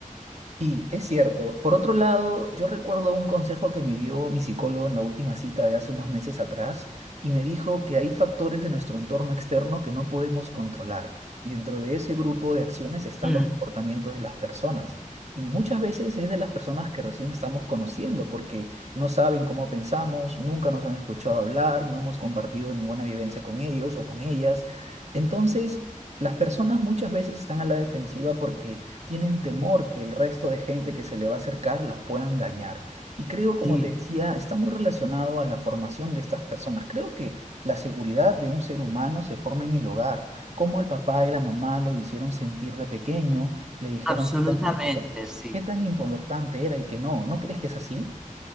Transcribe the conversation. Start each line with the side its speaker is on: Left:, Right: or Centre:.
Right: Sí, es cierto. Por otro lado, yo recuerdo un consejo que me dio mi psicólogo en la última cita de hace unos meses atrás y me dijo que hay factores de nuestro entorno externo que no podemos controlar y dentro de ese grupo de acciones están
Centre: Mm,
Right: los comportamientos de las personas y muchas veces es de las personas que recién estamos conociendo porque no saben cómo pensamos, nunca nos han escuchado hablar, no hemos compartido ninguna vivencia con ellos o con ellas. Entonces, las personas muchas veces están a la defensiva porque tienen temor que el resto de gente que se le va a acercar los puedan dañar. Y creo, como
Centre: sí.
Right: te decía, está muy relacionado a la formación de estas personas. Creo que la seguridad de un ser humano se forma en el hogar, como el papá y la mamá lo hicieron sentir de pequeño, le dijeron
Centre: Absolutamente,
Right: qué tan, impor-
Centre: sí.
Right: qué tan importante era y que no. ¿No crees que es así?